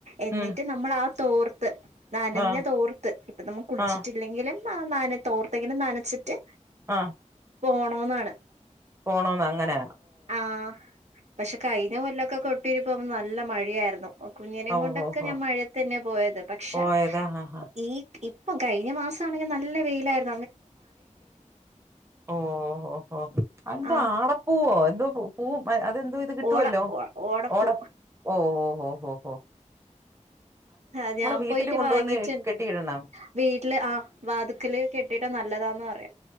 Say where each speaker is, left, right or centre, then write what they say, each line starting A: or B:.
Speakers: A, on the right; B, on the right.
A: എന്നിട്ട്.
B: ഉം
A: നമ്മളാ തോർത്ത് നനഞ്ഞ
B: ആ
A: തോർത്ത് ഇപ്പ നമ്മ കുൾച്ചിട്ട്.
B: ആ
A: അല്ലെങ്കിലും ആ നാന തോർത്തെങ്കിലും നനച്ചിട്ട്
B: ആഹ്.
A: പോണോന്നാണ്
B: പോണോന്ന് അങ്ങന
A: ആ പക്ഷെ കഴിഞ്ഞ കൊല്ലൊക്കെ കൊട്ടിയുര് പോമ്പം നല്ല മഴയായിരുന്നു കുഞ്ഞിനെയും
B: ഓ
A: കൊണ്ടൊക്കെ
B: ഹോ ഹോ
A: ഞാൻ മഴത്ത് തന്നെ പോയത് പക്ഷെ
B: പോയതാ ആ ആ
A: ഈ ഇപ്പം കഴിഞ്ഞ മാസാണെങ്കിൽ നല്ല വെയിലാര്
B: ഓ ഓ ഓ അന്തോആട
A: ആഹ്
B: പൂവോ എന്തോ പൂ അതെന്തോ ഇത് കിട്ടുവല്ലോ
A: ഓട ഓ ഓടപ്പൂ
B: ഓട ഓ ഓ ഓഹ് ഹൊ ഹൊ
A: ആഹ് ഞാൻ
B: വീട്ടില്
A: പോയിട്ട്
B: കൊണ്ടുവന്ന്
A: വാങ്ങിച്ച്ണ്ട്
B: കെട്ടിയിടണം.
A: വീട്ടില് ആ വാതുക്കല് കെട്ടിട്ടാ നല്ലതാന്ന് പറയാം